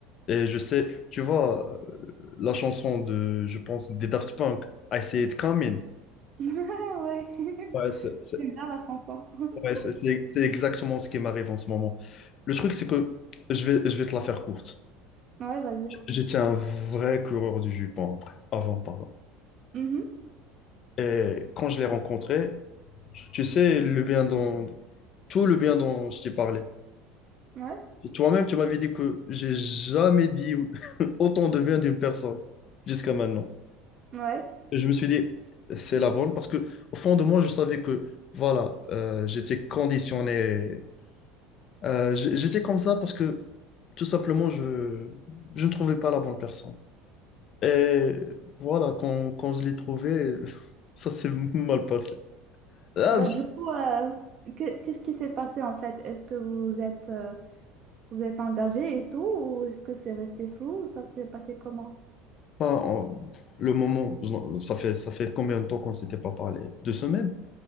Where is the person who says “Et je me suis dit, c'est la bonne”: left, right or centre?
Left